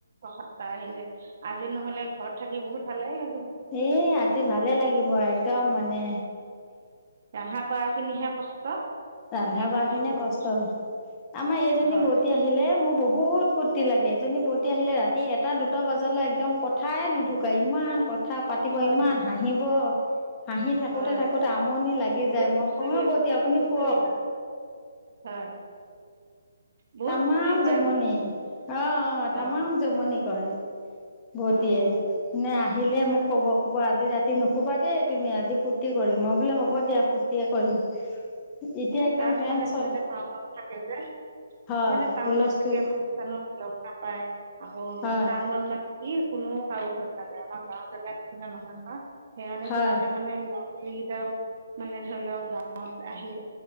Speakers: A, on the right; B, on the left.
A: সাত্তাহ আহিছে যায় আজি নহলে ঘৰত থাকি বহুত ভালে লাগে
B: এ আজি ভালে লাগিব একদম মানে
A: ৰন্ধা বঢ়া খিনিহে কষ্ট
B: ৰন্ধা
A: এনে
B: বঢ়া
A: কিন্তু
B: খিনিয়
A: বহুত
B: কষ্ট আমাৰ এইজনী
A: হয়
B: বৌতী আহিলে মোৰ বহুত বহুত ফূৰ্তি লাগে এজনী ফুৰৰ্তি আহিলে ৰাতি এটা দুটা বজালে একদম কথাই নুঢুকাই ইমান কথা কথা পাতিব
A: হয়
B: ইমান
A: নেকি?
B: হাঁহিব হাঁহি থাকোতে
A: হয়
B: থাকোতে আমনি লাগি
A: বহুত
B: যায় মই
A: খুচৰি
B: কও বৌ দি আপুনি
A: খুচৰি
B: হুওক
A: হয় বহুত
B: তামাম
A: খুচৰি কৰে
B: জমনি
A: মানে
B: অ তামাম
A: অঁ
B: জমনি ক বৌতিয়ে
A: অঁ অঁ
B: মানে আহিলে
A: হয়
B: মোক কব ক'ব আজি ৰাতি ফু্তি নুহুবা দেই তুমি আজি ফূৰ্তি কৰিম অ বোলে হ'ব দিয়া ফূৰ্তিয়ে কৰিম এতিয়া
A: এ
B: একদম
A: তাত
B: ফেন
A: মানে
B: চল
A: সিহঁতে টাউনত থাকে যে
B: হয়
A: সনে টাউনত
B: হুলস্থুল
A: থাকে মানুহ চানুহ লগ নাপায় আকৌ
B: হয়
A: টাউনত মানে কি কোনো কাৰো ঘৰত নাযায় আমাৰ গাও জেগা তাত নিচিনা নহয় ন সেইকাৰণে
B: হয়
A: সিহঁতে মানে ছোৱালী কেইটাও মানে ধৰি লওক গাঁৱত আহিল